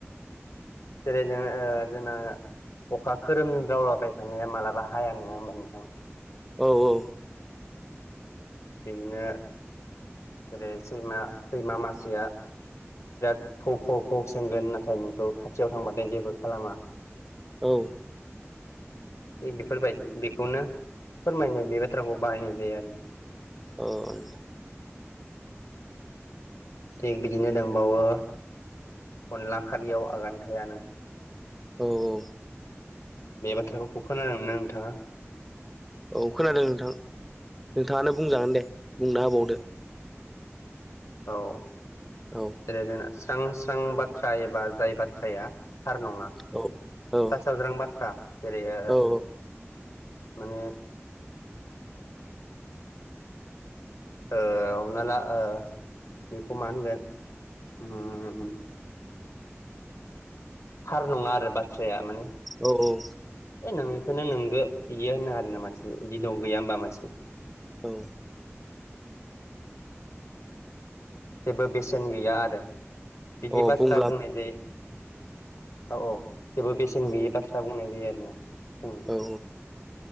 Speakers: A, on the left; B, in the centre.
A: जेरै जों जोंना अखा खोरोमदावलाबाय थानाया मालाबा हाया नङा होमबा नोंथां
B: औ औ
A: बिदिनो जेरै सैमा सैमा मासेया दा बिराद फौ फौ फौ सोंगोन नाथाय नोंखौ खाथियाव थांबाथाय जेबो खालामा
B: औ
A: <inaudible> बेफोरबायदि बेखौनो फोरमायनो बे बाथ्राखौ बाहायनाय जायो आरो
B: अ नोंथां
A: थिग बिदिनो दंबावो अनला खारियाव आगान थाया नोंथां
B: औ औ
A: बे बाथ्राखौ खोनादोंना नोंथाङा
B: औ खोनादों नोंथां नोंथाङानो बुंजागोन दे बुंना होबावदो
A: औ
B: औ
A: जेरै स्रां स्रां बाथ्रा एबा जाय बाथ्राया थार नङा
B: औ औ
A: सा साज्रां बाथ्रा जेरै ओ
B: औ
A: माने ओ हमना ला ओ बेखौ मा होनगोन उम थार नङा आरो बाथ्राया माने
B: औ औ
A: ए नों बेखौनो नोंगो बिदिया होनो आरोना मानसिबो बिदि न' गैया होनोमबा मानसि
B: औ
A: जेबो बेसेन गैया आरो बिदि
B: अ
A: बाथ्रा
B: बुंब्लाबो
A: बुंनाय जायो औ औ जेबो बेसेन
B: औ
A: गैयि बाथ्रा बुंनाय जायो आरोना बुङो
B: औ